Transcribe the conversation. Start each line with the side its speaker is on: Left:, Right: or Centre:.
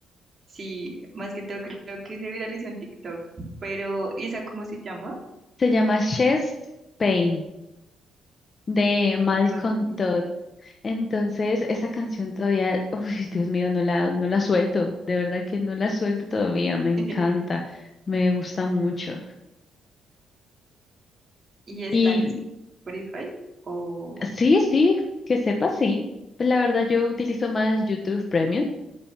Right: sí, más que todo creo que se viralizó en TikTok, pero ¿y esa cómo se llama?
Left: Se llama Chest Pain de Malcolm
Right: Ok.
Left: Todd. Entonces, esa canción todavía, uy, Dios mío, no la, no la suelto. De verdad que no la suelto todavía. Me encanta,
Right: <laughs>
Left: me gusta mucho.
Right: y está
Left: Y
Right: en Spotify o...
Left: sí, sí, que sepa, sí. Pues la verdad, yo utilizo más YouTube Premium.